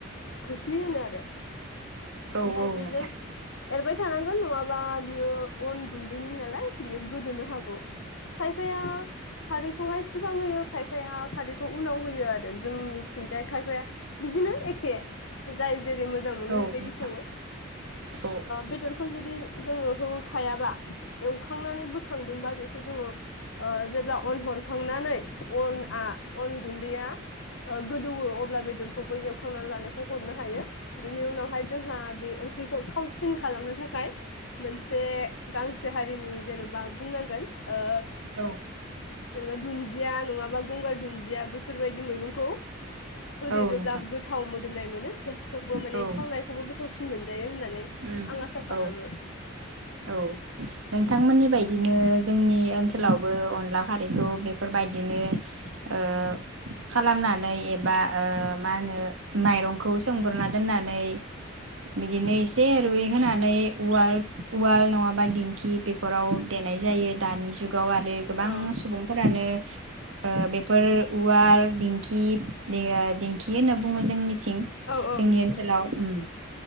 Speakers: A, on the left (about 60°); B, on the right (about 70°).
A: खोस्लि होनो आरो
B: औ
A: ओमफ्राय
B: नोंथां
A: बेजों एरबाय थानांगोन नङाबा बियो अन गुनदैनि नालाय बियो गोदोनो हागौ खायफाया खारैखौहाय सिगां होयो खायफाया खारैखौ उनाव होयो आरो जोंनिथिंजाय खायफाया बिदिनो एखे जाय जेरै मोजां मोनो
B: औ
A: बेबायदि ओ
B: औ नोंथां औ
A: बेदरखौ जुदि जोङो होखायाबा एवखांनानै बोखांदोंबा बेखौ जोङो ओ जेब्ला अन हरखांनानै अन आ अन गुनदैया ओ गोदौवो अब्ला बेदरखौबो एवखांनानै लानायखौ हरनो हायो बिनि उनावहाय आ बे ओंख्रिखौ थावसिन खालामनो थाखाय मोनसे गांसो हारिनि जेनेबा बुंनांगोन ओ
B: औ
A: जेनेबा दुन्दिया नङाबा गंगार दुन्दिया बेफोरबायदि मैगंखौ होदेरोब्ला
B: औ नोंथां
A: गोथाव मो मोदोमनाय मोनो थेसखौबो माने
B: औ
A: थावनाय गोथावसिन मोनजायो होनना
B: औ
A: आं आसा खालामो
B: औ नोंथांमोननि बायदिनो जोंनि ओनसोलावबो अनला खारैखौ बेफोरबायदिनो ओ खालामनानै एबा ओ मा होनो माइरंखौ सोमग्रोना दोननानै बिदिनो एसे रुइ होनानै उवाल उवाल नङाबा दिंखि बेफोराव देनाय जायो दानि जुग गाव आरो गोबां
A: औ
B: सुबुंफोरानो ओ बेफोर उवाल दिंखि ओ दिंखि होनना बुङो जोंनि थिं
A: औ औ
B: जोंनि ओनसोलाव
A: दिं
B: ओम